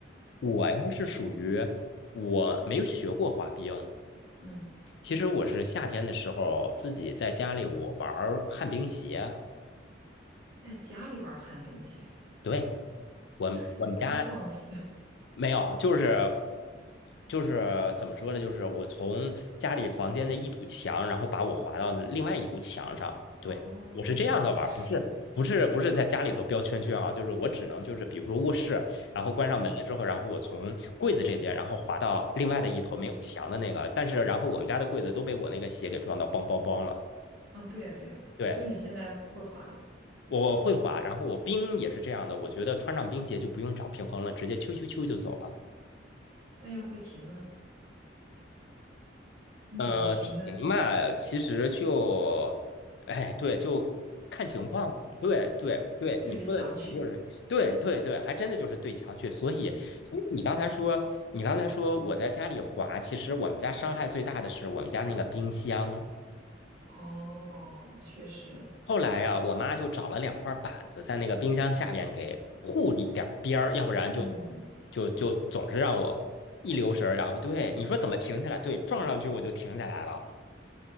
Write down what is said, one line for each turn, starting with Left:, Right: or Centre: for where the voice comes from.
Left: 我呀是属于我没有学过滑冰，
Right: 嗯，
Left: 其实我是夏天的时候自己在家里我玩儿旱冰鞋。
Right: 在家里玩旱冰鞋，
Left: 对，我们我们家。
Right: 你不怕撞死？<laughs>
Left: 没有，就是就是怎么说呢？就是我从家里房间的一堵墙，然后把我划到另外一堵墙上。对，
Right: 哦，
Left: 我是这样的玩儿不是不是不是在家里头标圈圈啊，
Right: 是，
Left: 就是我只能就是比如说卧室，然后关上门了之后，
Right: 嗯
Left: 然后我从柜子这边，然后滑到另外的一头没有墙的那个，
Right: 嗯，
Left: 但是然后我们家的柜子都被我那个鞋给撞到梆梆梆了。
Right: 啊，对呀对呀，
Left: 对，
Right: 所以你现在会滑了，
Left: 我会滑，然后我冰也是这样的，我觉得穿上冰鞋就不用找平衡了，直接啾啾啾就走了。
Right: 但要会停啊，你怎么停呢？
Left: 呃，停嘛，其实就，哎，对，就看情况吧。对对对，
Right: 对着墙去。
Left: 你说的停就是，对对对，还真的就是对墙去。所以，所以你刚才说，你刚才说我在家里滑，其实我们家伤害最大的是我们家那个冰箱。
Right: 哦，确实，
Left: 后来啊，我妈就找了两块板子在那个冰箱下边给护一点儿边儿，要不然就就就总是让我一留神儿然后对你说怎么停下来？
Right: 嗯，
Left: 对，撞上去我就停下来了。